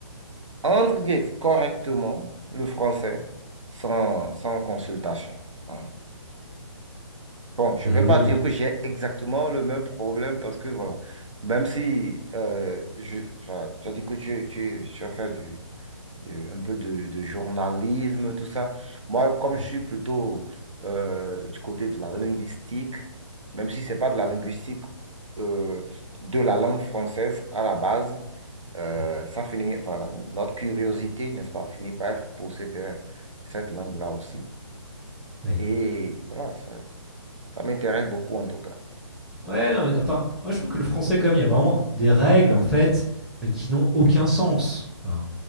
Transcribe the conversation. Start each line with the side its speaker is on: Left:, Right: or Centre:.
Right: Engrave correctement le français sans, sans consultation. hein. Bon, je
Centre: Mais
Right: ne vais
Centre: oui.
Right: pas dire que j'ai exactement le même problème parce que voilà, même si euh, je, enfin, tu as dit que tu, tu, tu as fait du, du- un peu de, de journalisme, tout ça, moi, comme je
Centre: Mm.
Right: suis plutôt euh, du côté de la linguistique, même si ce n'est pas de la linguistique euh, de la langue française à la base, euh,
Centre: mm.
Right: ça finit, voilà, notre curiosité, n'est-ce pas, finit par être poussée vers cette langue-là aussi.
Centre: Oui.
Right: Et voilà, ça, ça m'intéresse beaucoup en tout cas.
Centre: Ouais, non, mais enfin, moi je trouve que le français, comme il y a vraiment des règles en fait, mais qui n'ont aucun sens. hein.